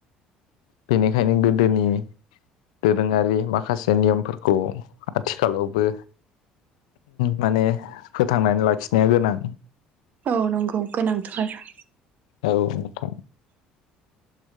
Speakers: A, on the left; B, on the right.
A: बेनिखायनो गोदोनि दोरोङारि माखासे नियमफोर खौ आथिखालावबो माने फोथांनानै लाखिनाया गोनां
B: औ नंगौ गोनांथ' आरो
A: औ नोंथां